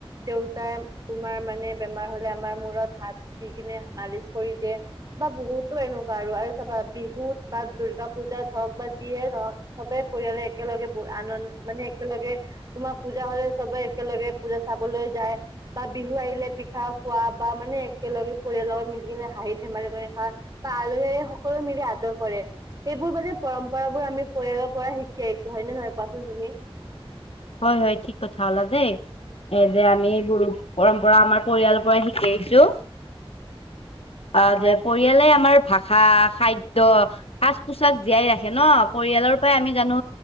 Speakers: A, on the right; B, on the left.
A: দেউতাই তোমাৰ মানে বেমাৰ হ'লে আমাৰ মূৰত হাত দি কিনে মালিচ কৰি দিয়ে বা বহুতো এনেকুৱা আৰু আৰু চাবা বিহুত বা দুৰ্গা পূজাত হওঁক বা যিয়ে ধৰক চবে পৰিয়ালে একেলগে আনন্দ মানে একেলগে তোমাৰ পূজা হ'লে চবে একেলগে পূজা চাবলৈ যায় বা বিহু আহিলে পিঠা খোৱা বা মানে একেলগে পৰিয়ালৰ মিলি কিনে হাঁহি ধেমালি কৰি খাই বা আলহী সকলোৱে মিলি আদৰ কৰে সেইবোৰ মানে পৰম্পৰাবোৰ আমি পৰিয়ালৰ পৰা শিকি আহিছোঁ। হয় নে নহয় কোৱাচোন তুমি?
B: হয় হয় ঠিক কথা কলা দেই এ যে আমি গুৰু পৰম্পৰা আমাৰ পৰিয়ালৰ পৰাই শিকি আহিছোঁ অ
A: হয়
B: যে পৰিয়ালে আমাৰ ভাষা খাদ্য সাজ পোছাক জীয়াই ৰাখে ন পৰিয়ালৰ পৰাই আমি জানো